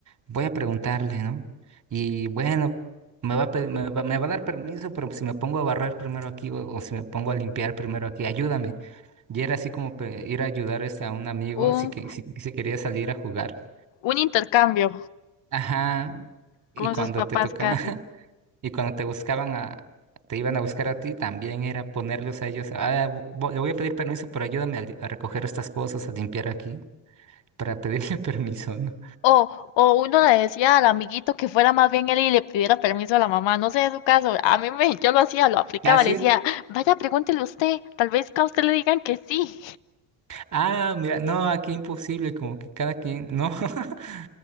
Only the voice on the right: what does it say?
Voy a preguntarle, ¿no? Y bueno, me va a, pe- me va, me va a dar permiso, pero si me pongo a barrer primero aquí o, o si me pongo a limpiar primero aquí, ayúdame. Y era así como pe- ir a ayudar este, a un amigo
si, que, si, si quería salir a jugar.
Ajá. Y
cuando
te toca,
<laughs> y cuando te buscaban a, te iban a buscar a ti, también era ponerlos a ellos. "Ah, vo- vo- le voy a pedir permiso, pero ayúdame a, li- a recoger estas cosas, a limpiar aquí para pedirle <laughs> permiso, ¿no?
Ah, sí.
Ah, mira, no, aquí imposible, como que cada quien, no, <laughs>